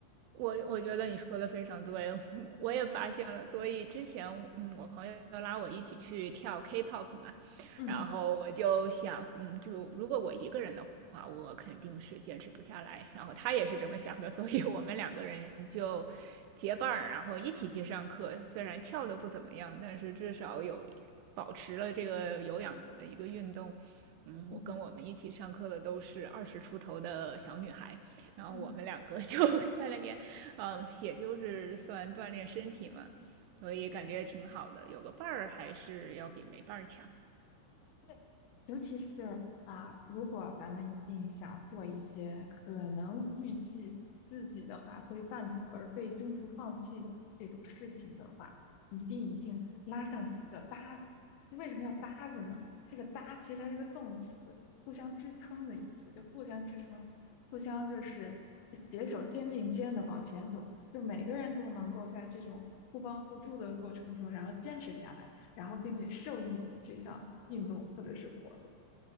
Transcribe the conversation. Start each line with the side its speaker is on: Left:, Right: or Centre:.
Right: 我我觉得你说的非常对，<laughs> 我也发现了。
Left: 嗯
Right: 所以之前，嗯，我朋友拉我一起去跳 K-pop 嘛，
Left: 嗯
Right: 然后我就想，嗯，就如果我一个人的话，我肯定是坚持不下来。然后他也是这么想的，所以我们两个人就结伴儿，然后一起去上课。虽然跳的不怎么样，但是至少有保持了这个有氧的一个运动。嗯，
Left: 嗯
Right: 我跟我们一起上课的都是二十出头的小女孩，然后我们两个
Left: 嗯，
Right: <laughs> 就在那边，嗯，也就是算锻炼身体嘛，所以感觉挺好的。
Left: 嗯
Right: 有个伴儿还是要比没伴儿强。
Left: 对，尤其是啊，如果咱们一定想做一些可能预计自己的话会半途而废、中途放弃的这种事情的话，一定一定拉上几个搭子。就为什么要搭子呢？这个搭其实它是个动词，互相支撑的意思，就互相支撑，互相就是携手肩并肩的往前走，就每个人都能够在这种互帮互助的过程中，然后坚持下来。然后并且受益于这项运动或者是活动，